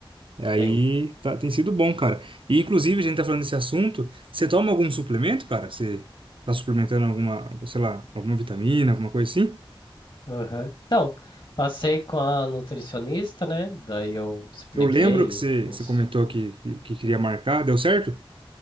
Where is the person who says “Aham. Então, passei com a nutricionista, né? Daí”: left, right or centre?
Left